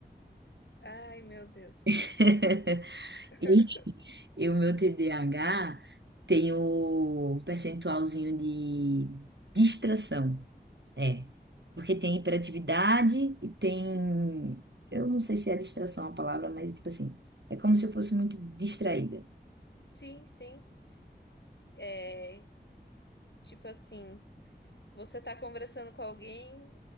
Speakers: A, on the left; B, on the right.
A: Ai, meu Deus.
B: <laughs>
A: <laughs>
B: E, e o meu TDAH tem o percentualzinho de distração. É, porque tem hiperatividade e tem. Eu não sei se é distração a palavra, mas tipo assim, é como se eu fosse muito distraída.
A: Sim, sim. É, tipo assim, você tá conversando com alguém